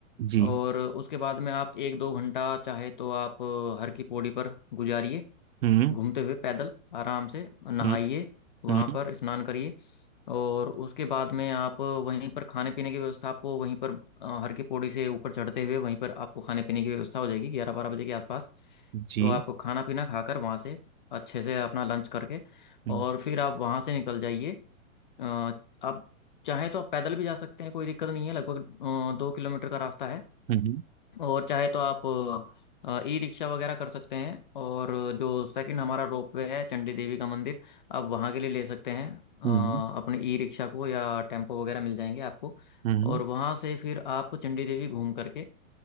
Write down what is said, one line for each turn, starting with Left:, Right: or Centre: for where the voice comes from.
Right: जी
Left: और उसके बाद में आप एक दो घंटा चाहे तो आप हर की पौड़ी पर गुजारिए
Right: हम्म
Left: घूमते हुए पैदल आराम से नहाइए
Right: हम्म
Left: वहाँ
Right: हम्म
Left: पर स्नान करिए और उसके बाद में आप वहीं पर खाने पीने की व्यवस्था आपको वहीं पर अ, हर की पौड़ी से ऊपर चढ़ते हुए वहीं पर आपको खाने पीने की व्यवस्था हो जाएगी ग्यारह बारह बजे के आसपास
Right: जी
Left: तो आप खाना पीना खाकर वहाँ से अच्छे से अपना लंच करके
Right: हम्म
Left: और फिर आप वहाँ से निकल जाइए अ, आप चाहे तो आप पैदल भी जा सकते हैं कोई दिक्कत नहीं है लगभग अ, दो किलोमीटर का रास्ता है
Right: हम्म
Left: और चाहे तो आप ई रिक्शा वगैरह कर सकते हैं और जो सेकंड हमारा रोपवे है चंडी देवी का मंदिर आप वहाँ के लिए ले सकते हैं अ,
Right: हम्म
Left: अपने ई रिक्शा को या टेम्पो वगैरह मिल जाएंगे आपको
Right: हम्म,
Left: और वहाँ से फिर आप चंडी देवी घूम करके